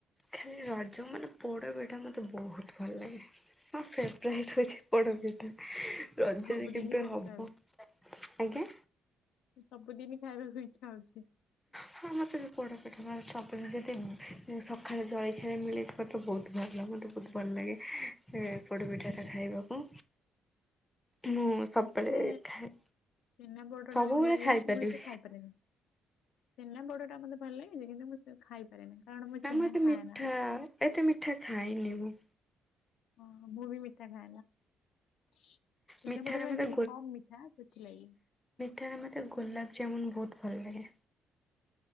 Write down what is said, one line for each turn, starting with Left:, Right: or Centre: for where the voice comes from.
Centre: ଖାଲି ରଜ ମାନେ ପୋଡ ପିଠା ମତେ ବହୁତ ଭଲ ଲାଗେ ମୋ ଫେବରାଇଟ୍ ହଉଛି ପୋଡ ପିଠା ରଜରେ
Left: ସବୁଦିନ
Centre: କେବେ
Left: କରି
Centre: ହବ
Left: ଖାଇବି
Centre: ଆଜ୍ଞା।
Left: ସବୁଦିନ ଖାଇବାକୁ ଇଚ୍ଛା ହଉଛି।
Centre: ହଁ ମତେ ବି ପୋଡ ପିଠା ଭଲ ସ ତ ଯଦି ସକାଳେ ଜଳଖିଆରେ ମିଳିଯିବ ତ ବହୁତ ଭଲ ମତେ ବହୁତ ଭଲ ଲାଗେ ପୋଡ଼ ପିଠାଟା ଖାଇବାକୁ, ହୁଁ। ସବୁବେଳେ
Left: ମତେ
Centre: ଖାଏ।
Left: ଛେନା ପୋଡ
Centre: ସବୁବେଳେ
Left: ଟା ଭଲ ଲାଗେନା
Centre: ଖାଇପାରିବି
Left: ମୁଁ ଏତେ ଖାଇପାରେନି। ଛେନା ପୋଡଟା ମତେ ଭଲ ଲାଗେ ଯେ କିନ୍ତୁ ମୁଁ ଖାଇପାରେନି କାରଣ ମୁଁ
Centre: ନା
Left: ଛେନା
Centre: ମତେ ମିଠା
Left: ଖାଏନା।
Centre: ଏତେ ମିଠା ଖାଇନି ମୁଁ।
Left: ହଁ ମୁଁ ବି ମିଠା ଖାଏନା। ଛେନା
Centre: ମିଠାରେ
Left: ପୋଡଟା
Centre: ମୋତେ
Left: ଟିକେ କମ୍ ମିଠା ସେଥିଲାଗି।
Centre: ତ ମତେ ଗୋଲାପ ଯାମୁନ୍ ବହୁତ ଭଲ ଲାଗେ।